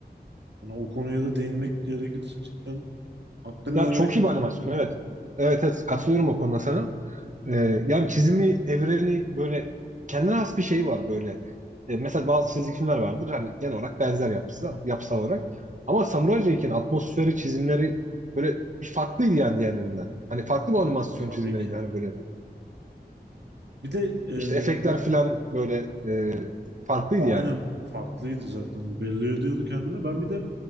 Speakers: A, on the right; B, on the right.
A: Yani o konuya da değinmek gerekirse cidden hakkını
B: Ya
A: vermek
B: çok iyi bir animasyon evet. Evet evet katılıyorum o konuda sana. Ee, yani çizimi, evreni böyle kendine has bir şey var böyle. Ee, mesela bazı çizgi filmler vardır hani genel olarak benzer yapısı, yapısal olarak. Ama Samurai Jack'in atmosferi, çizimleri böyle bir farklıydı yani diğerlerinden. Hani farklı bir animasyon
A: tabii
B: çizimleriydi
A: ki.
B: hani böyle.
A: Bir de e,
B: İşte efektler
A: ben
B: falan böyle e, farklıydı
A: aynen
B: yani.
A: farklıydı zaten. Belli ediyordu kendini. Ben bir de